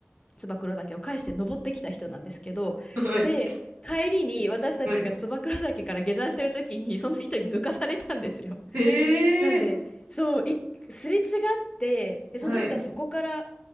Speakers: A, on the left; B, on the right.
A: 燕岳を返して登ってきた人なんですけど、
B: はい。
A: で、帰りに私たちが燕岳から下山してる時に、
B: はい。
A: その人に抜かされたんですよ。
B: ええ
A: なんで、そう、い、すれ違って、でその人はそこから
B: ー。はい。